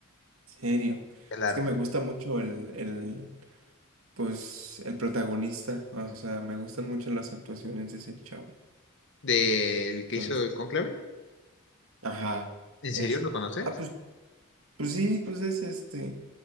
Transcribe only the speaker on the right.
Serio.
Es que me gusta mucho el, el, pues, el protagonista. O sea, me gustan mucho las actuaciones de ese chavo.
Entonces,
ajá,
es.
Ah, pues Pues sí, pues es este,